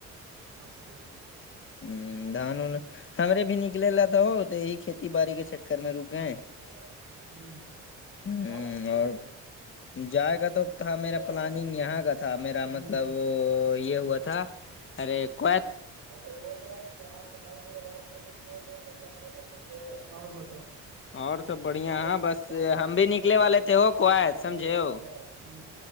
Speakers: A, on the right; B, on the left.
A: بس صحیح ہے
B: ہ دان ان ہمارے بھی نکللاا تھا ہو تو یہی کھیتی باڑی کے چ کر میں رک گئے
A: ہے ہ
B: ہ
A: بات کی ہے
B: اور جائے کا تو تھا
A: دلی
B: میرا
A: والے
B: پلاننگ
A: پارٹی
B: یہاں
A: سے
B: کا تھا میرا
A: ہ
B: مطلب تو یہ ہوا تھا ارے کو
A: ا تو بول رہے ہیں کہ یہاں سے نو بجے رات میں بھی ٹرین ہے کلک کا سمجھے اور بتاؤ
B: اور سب
A: ابھی
B: بڑھیا
A: سڑے
B: ہاں
A: ت
B: بس
A: چار بجے
B: ہم
A: آ
B: بھی نکلے
A: ابھی
B: والے تھے ہو کویت
A: نو
B: سمجھے
A: بجے
B: ہو
A: ا د بجے